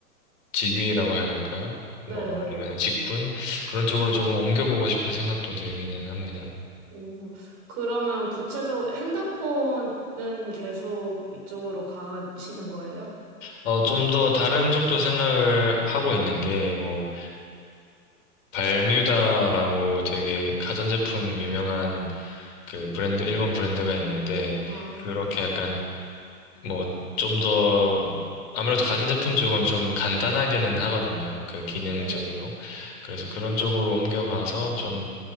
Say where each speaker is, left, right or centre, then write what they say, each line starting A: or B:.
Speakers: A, on the left; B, on the right.
A: 직위라고 해야 될까요? 뭐
B: 네.
A: 아니면 직군 그런 쪽으로 조금 옮겨보고 싶은 생각도 들기는 합니다.
B: 오, 그러면 구체적으로 핸드폰은 계속 이쪽으로 가시는 거예요?
A: 어 좀 더 다른 쪽도 생각을 하고 있는 게뭐그 발뮤다라고 되게 가전제품 유명한 그 브랜드, 일본 브랜드가 있는데,
B: 아,
A: 그렇게 약간, 뭐, 좀 더, 아무래도 가전제품 쪽은 좀 간단하기는 하거든요. 그 기능적으로.
B: 네.
A: 그래서 그런 쪽으로 옮겨가서 좀